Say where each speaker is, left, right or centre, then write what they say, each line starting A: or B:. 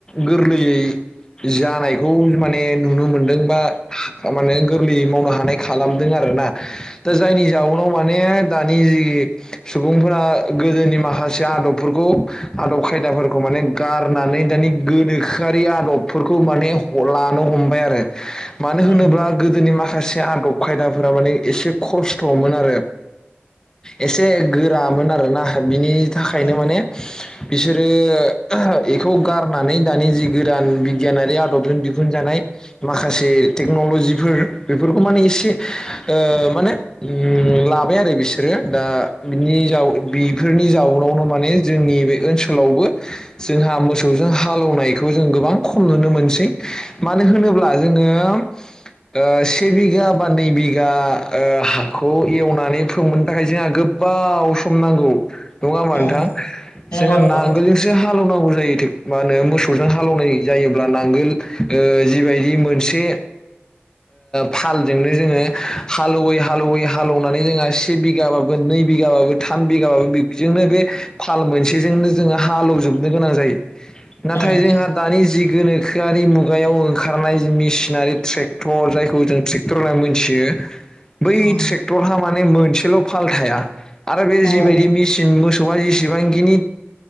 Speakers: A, on the left; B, on the left.
A: गोरलैयै जानायखौ माने नुनो मोनदों बा माने गोरलैयै मावनो हानाय खालामदों आरो। ना दा जायनि जाउनाव माने दानि जि सुबुंफोरा गोदोनि माखासे आदबफोरखौ आदब खायदाफोरखौ माने माने गारनानै दानि गोनोखोआरि आदबफोरखौ माने लानो हमबाय आरो। मानो होनोब्ला
B: उम उम
A: गोदोनि माखासे से आदब खायदाफोरा माने एसे खस्थ'मोन आरो एसे गोरामोन आरोना बिनि थाखायनो
B: उम
A: माने बिसोरो एखौ गारनानै दानि जि गोदान बिगियानारि आदबजों दिहुनजानाय माखासे टेक्नलजि फोर बेफोरखौ माने एसे ओ माने लाबाय आरो बिसोरो दा बिनि जा बेफोरनि जाउनावनो माने जोंनि बे ओनसोलावबो जोंहा मोसौजों हालौवनायखौ जों गोबां खम नुनो मोनसै मानो होनोब्ला जोङो ओ से बिगा बा नै बिगा हाखौ एवनानै फोमोन थाखाय जोंहा गोबाव सम नांगौ नङा होमबा
B: उम
A: नोंथां
B: नंगौ
A: जोंहा
B: नंगौ
A: नांगोलजोंसो हा लौ नांगौ जायो मा होनो मोसौजों हालौनाय जायोब्ला नांगोल जिबायदि मोनसे फालजोंनो जोङो हालौवै हालौवै हालौनानै जों से बिगाबाबो नै बिगाबाबो थाम बिगाबाबो बेनो बे फाल मोनसेजोंनो जोङो हालौ जो बनो गोनां जायो नाथाय
B: ओं
A: जोंहा दानि जि गोनोखोआरि मुगायाव ओंखारनाय मेसिनारि ट्रेक्टर जायखौ जों ट्रेक्टर होनना मोनथियो। <unintelligible> बै
B: ओं
A: ट्रेक्टरहा माने मोनसेल' फाल थाया आरो बे
B: ओं
A: जिबायदि मेसिन मोसौ सौआ जेसेबांखिनि